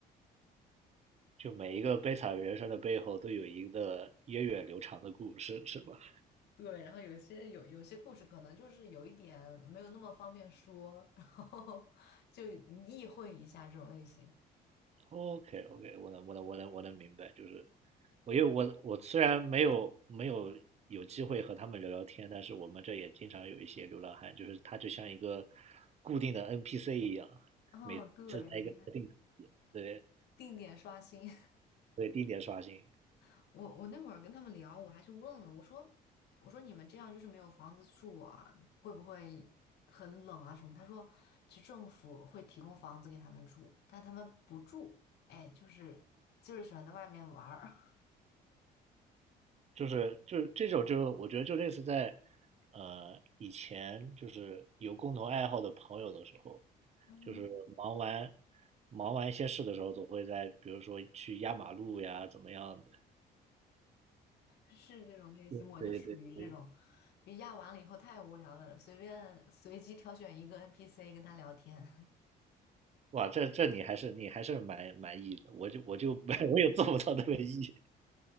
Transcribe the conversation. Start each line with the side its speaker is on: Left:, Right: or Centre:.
Right: 就每一个悲惨人生的背后都有一个源远流长的故事，是吧
Left: 对，然后有些有有些故事可能就是有一点没有那么方便说，然后 <laughs> 就意会一下这种类型。
Right: ？OK OK，我能我能我能我能明白，就是我因为我我虽然没有没有有机会和他们聊聊天，但是我们这也经常有一些流浪汉，就是他就像一个固定的 NPC 一样，
Left: 嗯，
Right: 每次在一个特定的
Left: 对，每天
Right: 对
Left: 定点刷新。
Right: 对定点刷新，
Left: <laughs> 我我那会儿跟他们聊，我还去问了，我说我说你们这样就是没有房子住啊，会不会很冷啊什么？他说其实政府会提供房子给他们住，但他们不住，哎，就是就是喜欢在外面玩儿。
Right: 就是就是这种就是我觉得就类似在呃以前就是有共同爱好的朋友的时候。
Left: <laughs>
Right: 就是忙完忙完一些事的时候，总会在比如说去压马路呀，怎么样的。
Left: 是这种类型，
Right: 嗯对对对，
Left: 我就属于这种，就压完了以后太无聊了，随便随机挑选一个 NPC 跟他聊天，
Right: 哇，这这你还是你还是蛮满意的，我就我就 <laughs> 我也做不到那么 E。